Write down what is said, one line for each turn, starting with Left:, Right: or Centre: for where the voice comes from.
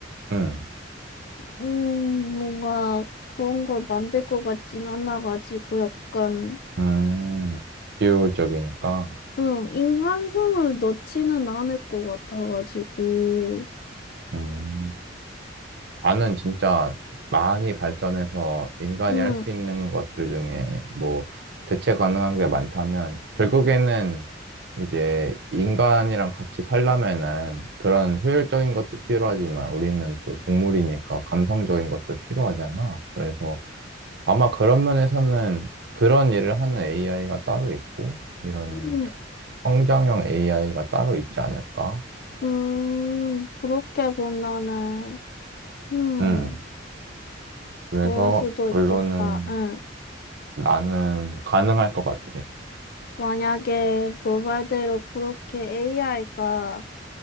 Right: 응.
Left: 음, 뭔가, 그런 걸 만들 것 같진 않아가지고, 약간,
Right: 음, 비효율적이니까.
Left: 음, 인간성을 넣지는 않을 것 같아가지고,
Right: 음, 나는 진짜 많이 발전해서 인간이
Left: 음.
Right: 할 수 있는 것들 중에 뭐 대체 가능한 게 많다면 결국에는 이제 인간이랑 같이 살려면은 그런 효율적인 것도 필요하지만 우리는 또 동물이니까 감성적인 것도 필요하잖아. 그래서 아마 그런 면에서는 그런 일을 하는 AI가 따로 있고 이런
Left: 음.
Right: 성장형 AI가 따로 있지 않을까?
Left: 음, 그렇게 보면은, 음,
Right: 음. 그래서
Left: 그럴 수도 있겠다.
Right: 결론은
Left: 응.
Right: 나는 가능할 것 같아.
Left: 만약에 너 말대로 그렇게 AI가